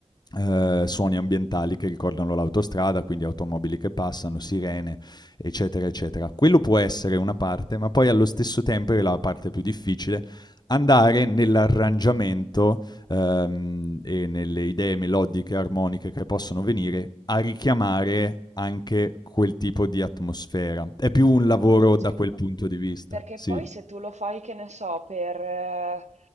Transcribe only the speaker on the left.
eh, suoni ambientali che ricordano l'autostrada, quindi automobili che passano, sirene, eccetera, eccetera. Quello può essere una parte, ma poi allo stesso tempo è la parte più difficile andare nell'arrangiamento ehm, e nelle idee melodiche, armoniche che possono venire a richiamare anche quel tipo di atmosfera. È più un
lavoro da quel punto di vista,
sì.